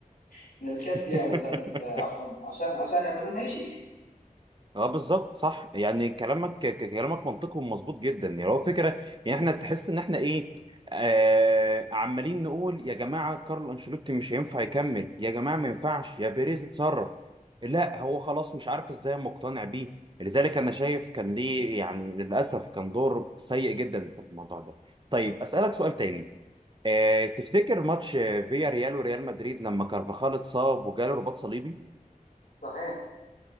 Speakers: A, on the left; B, on the right.
A: <laughs> من الكاستيا
B: <laughs>
A: ولا ال- عفوا عشان عشان يعملوا لنا شيء
B: اه بالظبط صح يعني كلامك ك- كلامك منطقي ومظبوط جدا يعني هو فكره يعني احنا تحس ان احنا ايه آه عمالين نقول يا جماعه كارل انشيلوتي مش هينفع يكمل يا جماعه ما ينفعش يا بيريز اتصرف لا هو خلاص مش عارف ازاي مقتنع بيه لذلك انا شايف كان ليه يعني للاسف كان دور سيء جدا في الموضوع ده طيب اسالك سؤال تاني آه تفتكر ماتش آه، فيا ريال وريال مدريد لما كارفاخال اتصاب وجاله رباط صليبي
A: صحيح